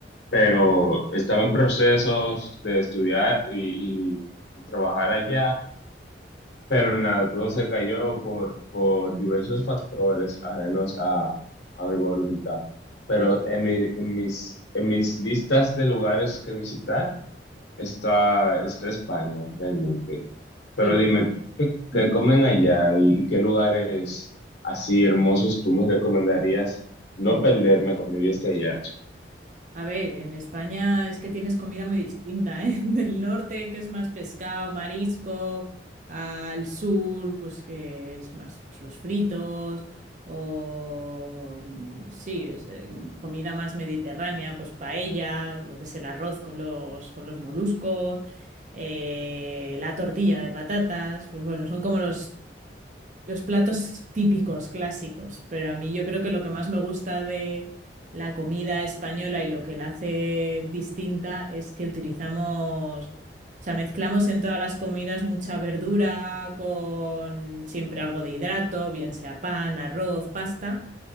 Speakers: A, on the left (about 80°); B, on the right (about 45°).
A: pero estaba en procesos de estudiar y y trabajar allá. Pero nada, todo se cayó por, por diversos factores ajenos a, a mi voluntad. Pero
B: Ay,
A: en, mi- en mis, en mis listas de lugares que visitar está, está España realmente. Pero
B: qué bien.
A: dime, ¿qué, qué
B: <laughs>
A: comen allá y, y qué lugares así hermosos tú me recomendarías no
B: Bueno.
A: perderme cuando yo esté allá?
B: A ver, en España es que tienes comida muy distinta, ¿eh? <laughs> Del norte, que es más pescado, marisco, al sur, pues que es más pues, los fritos, o mm, sí, es, eh, mm, comida más mediterránea, pues paella, lo que es el arroz con los, con los moluscos, eh, la tortilla de patatas, pues bueno, son como los los platos típicos, clásicos, pero a mí yo creo que lo que más me gusta de la comida española y lo que la hace distinta es que utilizamos, o sea, mezclamos en todas las comidas mucha verdura con siempre algo de hidrato, bien sea pan, arroz, pasta